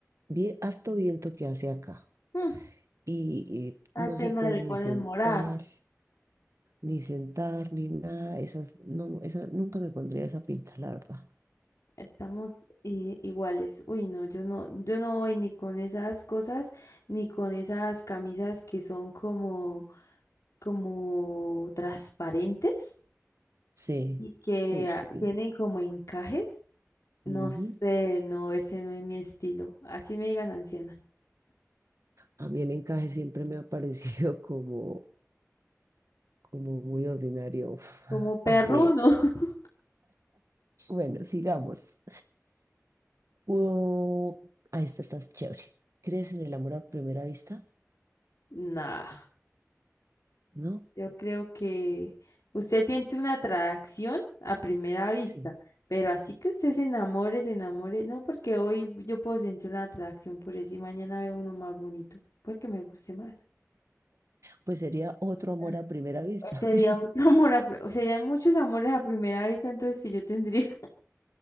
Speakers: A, on the right; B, on the left.
A: bien, harto viento que hace acá.
B: Mm,
A: Y,
B: A
A: y no
B: Atenas
A: se puede
B: le
A: ni
B: ponen
A: sentar,
B: morada.
A: ni sentar, ni nada. Esas, no, esa, nunca me pondría esa pinta, la verdad.
B: Estamos eh, iguales. Uy, no, yo no, yo no voy ni con esas cosas, ni con esas camisas que son como, como transparentes
A: Sí,
B: y que
A: hoy
B: ah,
A: sí.
B: tienen como encajes. No
A: Ujú.
B: sé, no, ese no es mi estilo. Así me digan anciana.
A: A mí el encaje siempre me ha parecido <laughs> como, como muy ordinario,
B: Como
A: <laughs>
B: perruno.
A: aunque,
B: <laughs>
A: bueno, sigamos. Oh, ahí está, estás chévere. ¿Crees en el amor a primera vista?
B: Nah.
A: ¿No?
B: Yo creo que usted siente una atracción a primera vista,
A: Sí.
B: pero así que usted se enamore, se enamore, no, porque hoy yo puedo sentir una atracción por eso y mañana veo uno más bonito, pues que me guste más.
A: Pues sería otro
B: Hoy
A: amor a primera vista.
B: Sería
A: <laughs>
B: otro amor, a pri- serían muchos amores a primera vista, entonces que yo tendría